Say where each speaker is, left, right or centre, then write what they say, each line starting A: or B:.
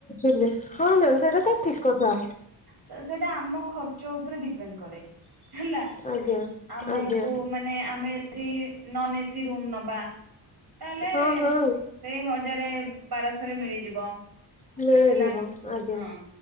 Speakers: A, on the left; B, on the right.
A: ହଁ ମ୍ୟାମ ସେଇଟା ତ ଠିକ କଥା।
B: ସାର୍ ସେଇଟା ଆମ ଖର୍ଚ୍ଚ ଉପରେ ଡିପେଣ୍ଡ କରେ। ହେଲା
A: ଆଜ୍ଞା।
B: ଆମେ
A: ଆଜ୍ଞା
B: କୋଉ ମାନେ ଆମେ ଯଦି ନନଏସି ରୁମ ନବା ତାହେଲେ
A: ହଁ ହଁ
B: ସେଇ ହଜାରେ ବାରଶରେ ମିଳିଯିବ।
A: ମିଳିଯିବ
B: ହେଲା
A: ଆଜ୍ଞା।
B: ହଁ।